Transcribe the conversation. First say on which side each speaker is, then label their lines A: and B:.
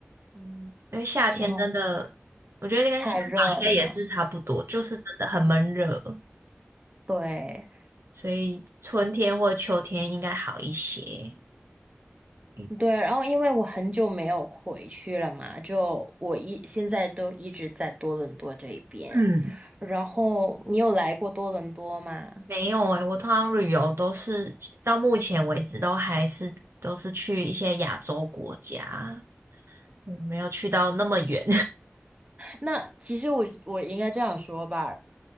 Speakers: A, on the right; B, on the right.
A: 嗯，
B: 因为夏天真的，
A: 挺好，
B: 我觉得跟香港应该也是差不多，
A: 太热了嘛，
B: 就是真的很闷热。
A: 对。
B: 所以春天或秋天应该好一些。嗯，
A: 对，然后因为我很久没有回去了嘛，就我一现在都一直在多伦多这一边。
B: 嗯，
A: 然后你有来过多伦多吗？
B: 没有诶，我通常旅游都是到目前为止都还是都是去一些亚洲国家，嗯没有去到那么远，
A: 那其实我我应该这样说吧，